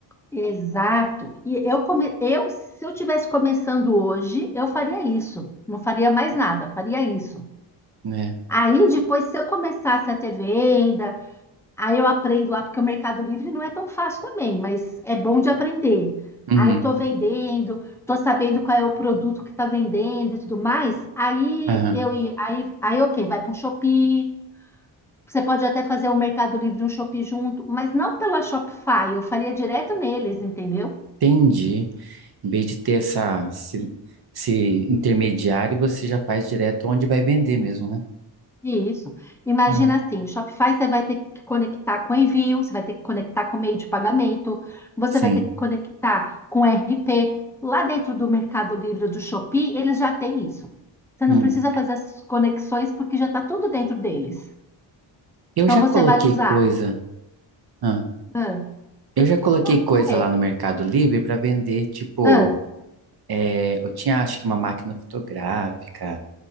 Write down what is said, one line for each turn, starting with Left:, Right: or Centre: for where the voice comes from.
Centre: exato. E eu, come, eu, se eu tivesse começando hoje, eu faria isso. Não faria mais nada, faria isso.
Right: né?
Centre: Aí depois, se eu começasse a ter vendas Aí eu aprendo lá, porque o Mercado Livre não é tão fácil também, mas é bom de aprender.
Right: Uhum,
Centre: Aí estou vendendo, estou sabendo qual é o produto que está vendendo e tudo mais. Aí
Right: aham.
Centre: eu ia- aí, aí ok, vai para um Shopee. Você pode até fazer um Mercado Livre e um Shopee junto, mas não pela Shopify, eu faria direto neles, entendeu?
Right: Entendi. Em vez de ter essa, esse, esse intermediário, você já faz direto onde vai vender mesmo, né?
Centre: Isso. Imagina
Right: Ah,
Centre: assim, o Shopify você vai ter que conectar com envio, você vai ter que conectar com meio de pagamento, você
Right: sim.
Centre: vai ter que conectar com RP. Lá dentro do Mercado Livre do Shopee, eles já têm isso. Você
Right: Hum.
Centre: não precisa fazer essas conexões porque já está tudo dentro deles.
Right: Eu
Centre: Então
Right: já
Centre: você
Right: coloquei
Centre: vai usar.
Right: coisa. ah,
Centre: ah,
Right: eu já coloquei
Centre: não,
Right: coisa
Centre: é,
Right: lá no Mercado Livre para vender, tipo,
Centre: ah,
Right: é, eu tinha acho que uma máquina fotográfica.